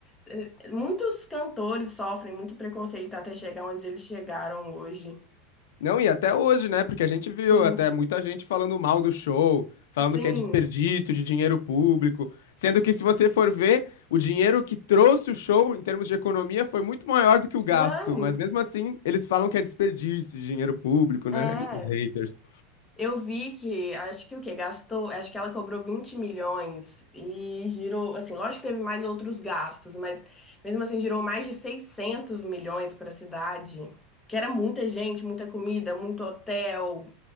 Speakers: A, in the centre; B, on the left (about 70°).
A: Eh, Muitos cantores sofrem muito preconceito até chegar onde eles chegaram hoje.
B: Não, e até hoje, né? Porque a gente viu
A: Sim,
B: até muita gente falando mal do show, falando
A: sim.
B: que é desperdício de dinheiro público, sendo que se você for ver, o dinheiro que trouxe o show em termos de economia foi muito maior do que o gasto,
A: Não,
B: mas mesmo assim, eles falam que é desperdício de dinheiro público, né?
A: é.
B: Os haters.
A: Eu vi que, acho que o que gastou, acho que ela cobrou 20 milhões e girou, assim, lógico que teve mais outros gastos, mas mesmo assim girou mais de 600 milhões para a cidade, que era muita gente, muita comida, muito hotel.